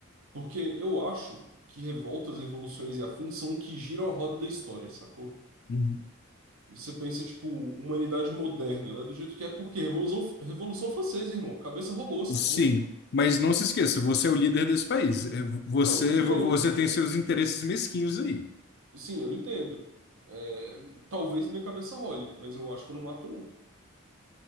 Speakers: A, on the right; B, on the left.
A: Porque eu acho que revoltas, revoluções e afins são o que giram a roda da história, sacou?
B: Uhum.
A: Você pensa, tipo, humanidade moderna, ela é do jeito que é, porque Revolução, Revolução Francesa, irmão, cabeça rolou, sacou?
B: Sim, mas não se esqueça, você é o líder desse país.
A: <clears throat>
B: É, Você,
A: Não, tudo
B: você
A: bem, é,
B: tem seus interesses mesquinhos aí.
A: sim, eu entendo. É, talvez minha cabeça role, mas eu acho que eu não mato, não.